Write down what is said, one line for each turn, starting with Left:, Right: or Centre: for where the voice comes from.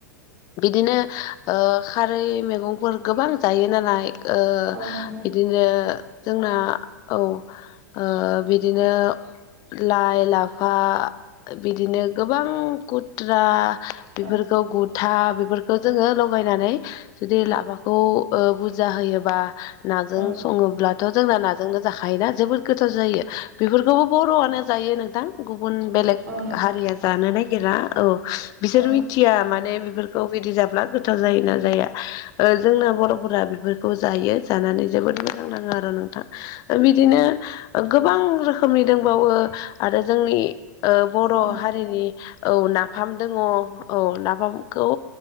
Left: बिदिनो ओ खारै मैगंफोर गोबां जायो नालाय। ओ
Right: नंगौ
Left: बिदिनो
Right: औ
Left: जोंना औ ओ बिदिनो लाइ लाफा बिदिनो गोबां खुथ्रा।
Right: नंगौ
Left: बिफोरखौ गुद था बेफोरखौ जोङो लगायनानै जुदि लाफाखौ ओ बुरजा होयोबा। नाजों
Right: औ
Left: सङोब्लाथ' जोंना नाजोंनो जाखायोना जोबोद गोथाव जायो बिफोरखौबो। बर'आनो जायो नोंथां गुबुन बेलेग
Right: औ
Left: हारिया जानो नागिरला औ।
Right: नंगौ
Left: बिसोर मिथिया माने बेफोरखौ बिदि जाब्ला गोथाव जायोना जाया। ओ जोंना बर'फोरा बिफोरखौ जायो जानानै जोबोद मोजां नाङो आरो नोंथां। ओ बिदिनो गोबां रोखोमनि। दोंबावो आरो जोंनि ओ बर'
Right: नोंथां औ
Left: हारिनि औ नाफामजों अ औ नाफामखौ